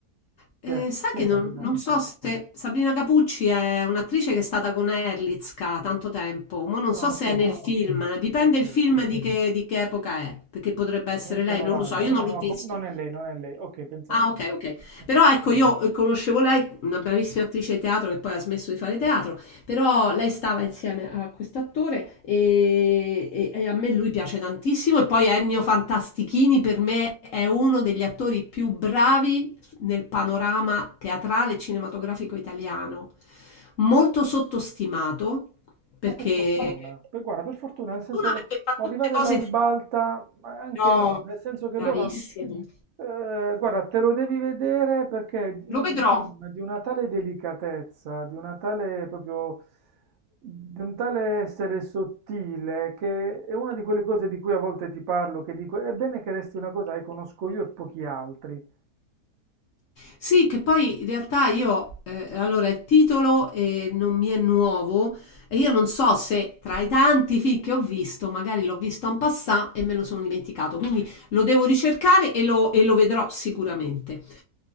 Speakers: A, on the left; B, on the right.
A: Eh,
B: Chi è?
A: sai
B: Chi
A: che
B: è Sabrina?
A: non, non so se Sabrina Capucci è un'attrice che è stata con Erlitzka tanto tempo, ma non
B: Ah,
A: so se
B: ok,
A: è nel film, dipende
B: ok.
A: il film di che, di che epoca è, perché potrebbe essere
B: Inizio
A: lei,
B: 90.
A: non lo so, io
B: No,
A: non l'ho
B: no,
A: visto.
B: com- non è lei, non è lei. Ok, pensavo.
A: Ah, ok, ok.
B: ok.
A: Però ecco, io eh, conoscevo lei, una bravissima attrice di teatro che poi ha smesso di fare teatro, però lei stava insieme a quest'attore e, e- e a me lui piace tantissimo. E poi Ennio Fantastichini per me è uno degli attori più bravi nel panorama teatrale e cinematografico italiano. Molto sottostimato perché...
B: Ma per fortuna, Poi, guarda, per fortuna, nel senso
A: Una
B: che
A: perché fa
B: arrivare
A: tutte cose
B: alla ribalta,
A: di...
B: ma anche
A: No,
B: no, nel senso che
A: bravissimo.
B: loro, eh, guarda, te lo devi vedere perché è un
A: Lo vedrò.
B: film di una tale delicatezza, di una tale proprio, di un tale essere sottile, che è una di quelle cose di cui a volte ti parlo, che dico, è bene che resti una cosa che conosco io e pochi altri.
A: Sì, che poi in realtà io, eh, allora il titolo eh, non mi è nuovo e io non so se tra i tanti film che ho visto, magari l'ho visto en passant e me lo sono dimenticato, quindi lo devo ricercare e lo, e lo vedrò sicuramente.